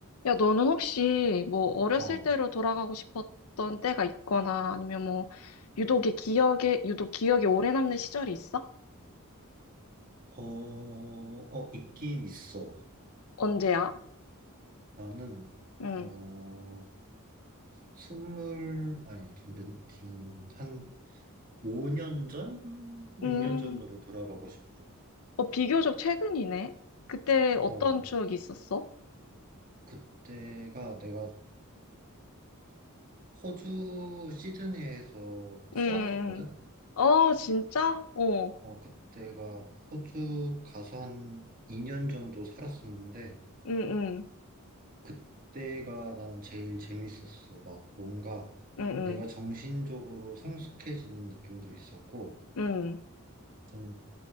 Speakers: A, on the left; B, on the right.
A: 야, 너는 혹시 뭐 어렸을
B: 어,
A: 때로 돌아가고 싶었던 때가 있거나 아니면 뭐 유독의 기억에 유독 기억에 오래 남는 시절이 있어?
B: 어, 어, 있긴 있어.
A: 언제야?
B: 나는,
A: 응.
B: 어, 스물, 아니, 지금, 몇, 지금 한 5년 전?
A: 음,
B: 6년 전으로 돌아가고 싶어.
A: 어, 비교적 최근이네. 그때 어떤
B: 어,
A: 추억이 있었어?
B: 그때가 내가 호주 시드니에서 살았었거든?
A: 응. 음, 음. 어, 진짜? 어.
B: 어, 그때가 호주 가서 한 2년 정도 살았었는데,
A: 응, 응.
B: 그때가 나는 제일 재밌었어. 막 뭔가
A: 응,
B: 내가
A: 응.
B: 정신적으로 성숙해지는 느낌도 있었고,
A: 응.
B: 좀